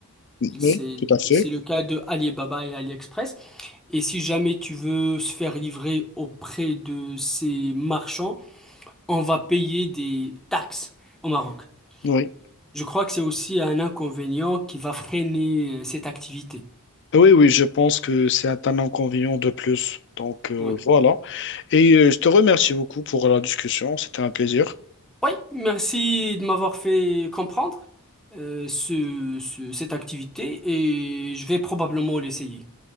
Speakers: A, on the left; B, in the centre.
A: Oui,
B: c'est
A: tout à fait.
B: c'est le cas de Alibaba et AliExpress. Et si jamais tu veux se faire livrer auprès de ces marchands, on va payer des taxes au Maroc.
A: Oui.
B: Je crois que c'est aussi un inconvénient qui va freiner euh, cette activité.
A: Oui, oui, je pense que c'est un, un inconvénient de plus. Donc euh,
B: Ouais.
A: voilà. Et euh, je te remercie beaucoup pour la discussion. C'était un plaisir.
B: Oui, merci de m'avoir fait comprendre euh, ce- ce- cette activité et je vais probablement l'essayer.